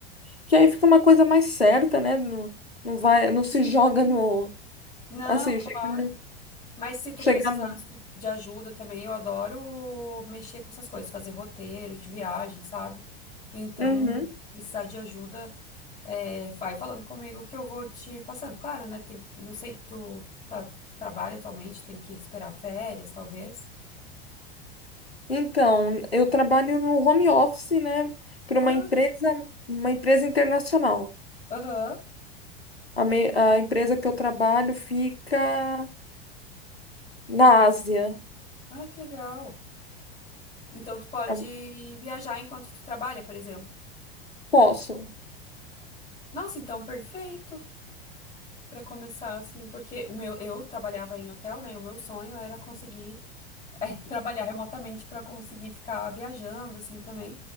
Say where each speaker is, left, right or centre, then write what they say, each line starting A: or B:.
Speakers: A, on the left; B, on the left.
A: Que aí fica uma coisa mais certa, né? Não, não vai, não se
B: sim.
A: joga no.
B: Não,
A: Assim,
B: claro.
A: chegar.
B: Mas se tu
A: chegar
B: precisasse
A: no-
B: de ajuda também, eu adoro mexer com essas coisas, fazer roteiro de viagem, sabe? Então,
A: Uhum.
B: precisar de ajuda, é, vai falando comigo que eu vou te passando. Claro, né? Tem, não sei, tu, tá, tu trabalha atualmente, tem que esperar férias, talvez.
A: Então, eu trabalho no home office, né? Para
B: Ah,
A: uma empresa,
B: que...
A: uma empresa internacional.
B: Aham.
A: A, me- a empresa que eu trabalho fica na Ásia.
B: Ah, que legal. Então tu pode
A: Eu
B: viajar enquanto tu trabalha, por exemplo.
A: posso.
B: Nossa, então perfeito para começar assim, porque o meu eu trabalhava em hotel, né? E o meu sonho era conseguir <laughs> eh, trabalhar remotamente para conseguir ficar viajando assim também.